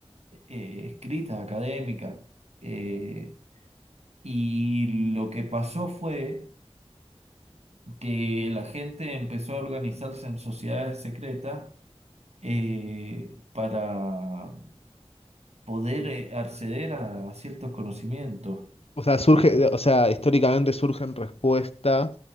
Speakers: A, on the right (about 75°); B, on the left (about 65°).
A: eh, escrita, académica. eh, y lo que pasó fue que la gente empezó a organizarse en sociedades secretas eh, para poder eh, acceder a, a ciertos conocimientos.
B: O sea, surge, o sea, históricamente surge en respuesta